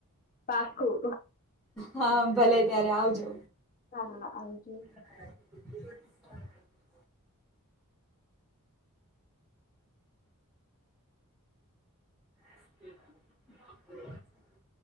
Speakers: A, on the left; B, in the centre.
A: પાકું
B: હા ભલે ત્યારે આવજો
A: હા આવજ
B: <inaudible> <inaudible> <inaudible> <inaudible>